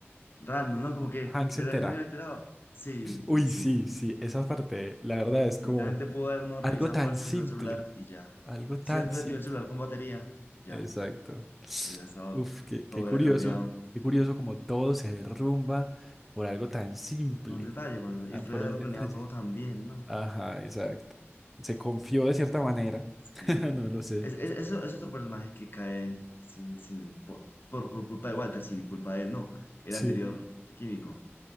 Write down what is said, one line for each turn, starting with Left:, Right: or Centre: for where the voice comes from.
Left: random, ¿no? Como que, ¿de
Centre: Hank se entera.
Left: verdad yo no me había enterado? Sí,
Centre: Uy,
Left: sí, sí.
Centre: sí, sí, esa parte, la verdad es como
Left: Literalmente pudo haber no revisado,
Centre: algo tan
Left: poder
Centre: simple,
Left: revisar el celular y ya.
Centre: algo tan
Left: Si no hubiera
Centre: simple.
Left: tenido el celular con batería, ya.
Centre: Exacto.
Left: Hubiera estado,
Centre: Uf, qué,
Left: todo
Centre: qué
Left: hubiera
Centre: curioso,
Left: cambiado.
Centre: qué curioso como todo se derrumba por algo tan simple,
Left: Por un detalle, por un detalle.
Centre: ah,
Left: Y después
Centre: por
Left: de haberlo
Centre: un detalle.
Left: planeado todo también ¿no?
Centre: Ajá, exacto. Se confió de cierta manera,
Left: Sí.
Centre: <laughs> no lo sé.
Left: Es, es, eso- es otro personaje que cae sin, sin, por, por, por culpa de Walter, sin culpa de él, no. El
Centre: Sí,
Left: anterior químico.